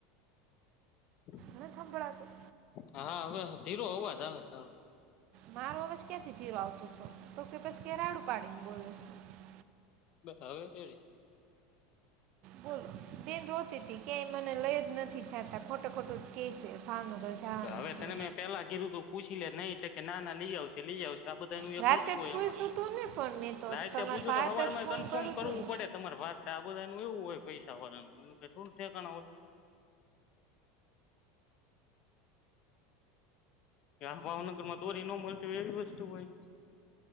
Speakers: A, on the left; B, on the right.
A: <inaudible>
B: નથ હભડાતું
A: હા હવે ધીરો અવાજ આવે હે તારો
B: મારો અવાજ ક્યાંથી ધીરો આવતો હતો તો કે પસ રાડું પાડીને બોલે છે
A: બસ હવે રેડી
B: બોલ બેન રોતીતી કેય મને લઈ જ નથી જાતા ખોટે ખોટુ કેસે ભાવનગર જવાની
A: હવે
B: છે
A: તને મેં પેલા કીધું તું પૂછી લે નહી કે ના ના લઈ આવશે લઈ આવશે. આ બધા નુ
B: રાતે
A: એક હરખું
B: જ
A: હોય
B: પૂછ્યું
A: એમાં
B: તું ને પણ મેં તો
A: રાયતે
B: તમારા
A: પૂછો
B: ભાઈ
A: તો હવાર
B: તરફ
A: મા
B: ફોન
A: કન્ફર્મ
B: કર્યો
A: કરવું
B: તું ને
A: પડે. તમારે વારતે આ બધા એવું હોય પૈસા વારણનું એ કે થોડું ઠેકાનું હોય. ભાવનગરમાં દોરી નો મળતી હોય એવી વસ્તુ હોય